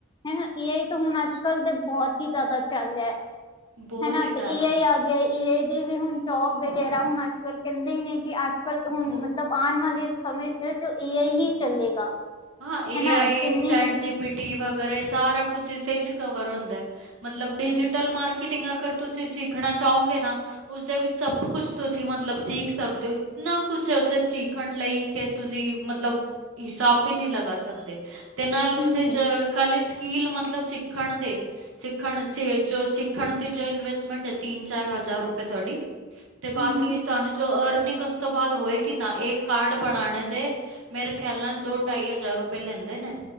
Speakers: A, on the left (about 25°); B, on the right (about 80°).
A: ਹੈਨਾ ਏ ਆਈ ਤੋ ਹੁਨ ਅੱਜ ਕੱਲ੍ਹ ਤੇ ਬਹੁਤ ਹੀ ਜਆਦਾ ਚੱਲ ਲੈ।
B: ਬਹੁਤ
A: ਹੈਨਾ
B: ਹੀ
A: ਤੇ
B: ਜ਼ਿਆਦਾ
A: ਏ ਆਈ ਗਿਆ ਏ ਆਈ ਦੇ ਵੀ ਹੁਨ ਚੌਕ ਵਗੈਰਾ ਹੁਨ ਅੱਜ ਕੱਲ ਕੈਂਦੇ ਈ ਨੇ ਕਿ ਅੱਜ ਕੱਲ੍ਹ
B: ਬਹੁ
A: ਹੁਨ ਮਤਲਬ ਆਨ ਵਾਲੇ ਸਮੇਂ ਚ ਜੋ ਏ ਆਈ ਹੀ ਚੱਲੇਗਾ।
B: ਹਾਂ ਏ
A: ਹਨਾ
B: ਆਏ
A: ਜਿੰਨੀ
B: ਚੇਟ ਜੀ ਪੀਟੀ ਵਗੇਰਾ ਏ ਸਾਰਾ ਕੁਛ ਇਸੇ ਚੀ ਕਵਰ ਹੁੰਦੈ ਮਤਲਬ
A: ਹਮ
B: ਡਿਜੀਟਲ ਮਾਰ ਕਿਟਿੰਗ ਅਗਰ ਤੁਸੀ ਸਿੱਖਣਾ ਚਾਓਂਗੇ ਨਾ ਉਸਦੇ ਵਿੱਚ ਸਬ ਕੁਛ ਤੁਸੀ ਮਤਲਬ ਸੀਖ ਸਕਦੇ ਓ ਇਤਨਾ ਕੁਛ ਐ ਉਸੇ ਸੀਖਨ ਲਈ ਕਿ ਤੁਸੀ ਮਤਲਬ ਹਿਸਾਬ ਬੀ ਨੀ ਲਗਾ ਸਕਦੇ ਤੇ ਨਾਲ ਉਸੇ
A: ਹਮ ਹਮ
B: ਚ ਖਾਲੀ ਸਕੀਲ ਮਤਲਬ ਸਿੱਖਣ ਤੇ ਸਿੱਖਣ ਚ ਜੋ ਸਿੱਖਣ ਦੀ ਜੋ ਇਨਵੈਸਟਮੈਂਟ ਐ ਤਿੰਨ ਚਾਰ, ਹਜਾਰ ਰੁਪਏ ਤੁਆਡੀ ਤੇ ਬਾਕੀ
A: ਹਮ
B: ਤਾਨੂੰ ਜੋ ਅਰਨਿੰਗ ਉਸ ਤੋਂ ਬਾਅਦ ਹੋਏਗੀ ਨਾ ਇੱਕ ਕਾਰਡ ਬਣਾਣੇ ਦੇ ਮੇਰੇ ਖਿਆਲ ਨਾਲ ਦੋ ਢਾਈ ਹਜਾਰ ਰੁਪਏ ਲੈਂਦੇ ਨੇ